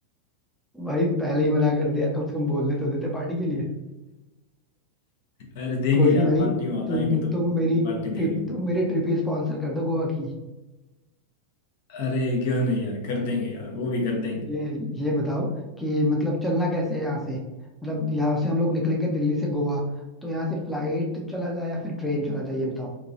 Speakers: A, in the centre; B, on the left (about 50°).
A: भाई पहले ही मना कर दिया कम से कम बोलने तो देते पार्टी के लिए
B: अरे देंगे
A: कोई
B: यार
A: नहीं भाई
B: पार्टी वहां
A: तुम
B: जाएंगे तो
A: तुम मेरी
B: पार्टी
A: ट्रिप
B: देंगे
A: तुम मेरी ट्रिप ही स्पॉन्सर कर दो गोवा की
B: अरे क्यों नहीं यार कर देंगे यार वो भी कर देंगे
A: ये ये बताओ कि मतलब चलना कैसे है यहाँ से मतलब यहाँ से हम लोग निकलेंगे दिल्ली से गोवा तो यहाँ से फ्लाइट चला जाए या फिर ट्रेन चला जाए ये बताओ